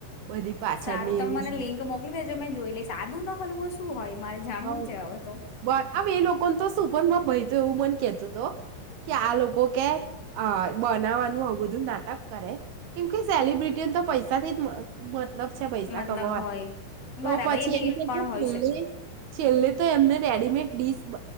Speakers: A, on the right (about 75°); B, on the left (about 60°).
A: બધી પાછળની
B: સારું તમ
A: એવી
B: મને લિંક મોકલી દે જો મે જોઈ લઈ સાદુ નો હલવો શું હોય. મારે જાણવું
A: હ
B: છે હવે તો
A: બ હ એ લોકોને તો સુુંપમાં ભય તો એવું મન કેતું હતો, કે આ લોકો કે બનાવાનું આવું બધું નાટક, કરે કેમ કે સેલિબ્રિટીને તો પૈસા થી જ મતલબ છે પૈસા
B: મતલબ
A: કમાવા,
B: હોય
A: તો
B: બરાબર
A: પછી
B: એ બી
A: એમ
B: પણ
A: કે
B: હોઈ શકે
A: સ છેલ્લે તો એમને રેડીમેડ ડીશ